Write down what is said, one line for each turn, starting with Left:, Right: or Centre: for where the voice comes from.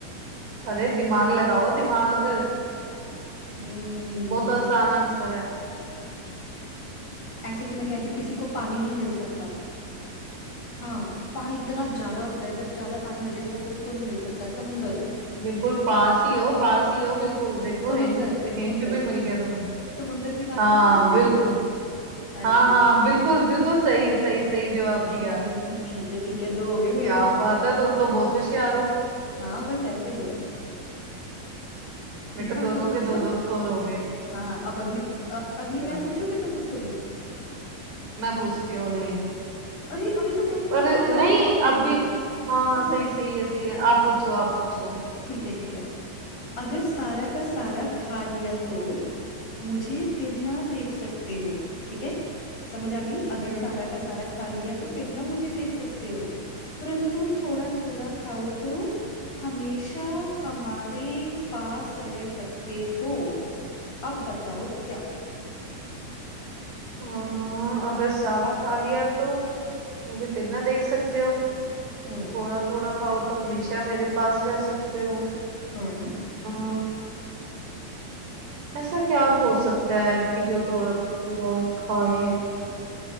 Right: अरे दिमाग लगाओ दिमाग
Left: हम्म
Right: बहुत आसान आंसर है
Left: ऐसे तो मैं कह दूं किसी को पानी नहीं मिल सकता हाँ पानी इतना ज्यादा होता है जब ज्यादा पानी हो जाए वो किसी को नहीं मिल सकता समुंदर
Right: बिल्कुल पास ही हो पास ही हो बिल्कुल देखो
Left: समुंदर
Right: हिंट
Left: समुंदर
Right: हिंट भी मिल गया तुम्हें
Left: समुंदर की बात
Right: हाँ
Left: तो नहीं कर रही
Right: बिल्कुल
Left: अरे
Right: हाँ हाँ
Left: यार
Right: बिल्कुल बिल्कुल सही सही सही जवाब
Left: ठीक
Right: दिया
Left: ठीक है ठीक है दो हो गए मेरे
Right: क्या
Left: भी
Right: बात है तुम तो बहुत होशियार हो
Left: हाँ बस ऐसे ही है ठीक
Right: देखो
Left: है
Right: दोनों
Left: अब तुम पूछो
Right: के दो दो स्कोर हो गए
Left: हाँ हाँ, अब अगली अ, अगली
Right: चलो
Left: मैं पूछूं कि तुम पूछोगे
Right: मैं पूछती हूँ अगली
Left: अरे अभी तो मैंने
Right: पर
Left: आंसर दिया
Right: नहीं अभी हाँ
Left: हाँ
Right: हाँ, सही सही है सही है आप पूछो आप पूछो
Left: ठीक है ठीक है अगर सारा का सारा खा लिया तो मुझे फिर ना देख सकते हो ठीक है समझ आ गई अगर
Right: हम्म
Left: सारा का सारा खा लिया तो फिर ना मुझे देख सकते हो परंतु थोड़ा थोड़ा खाओ तो हमेशा हमारे पास रह सकते हो अब बताओ क्या
Right: हाँ, अगर सारा खा लिया तो मुझे फिर ना देख सकते हो
Left: हम्म
Right: थोड़ा थोड़ा खाओ तो हमेशा मेरे पास रह सकते
Left: हम्म
Right: हो ऐसा क्या हो सकता है कि जो थोड़ा थोड़ा खाए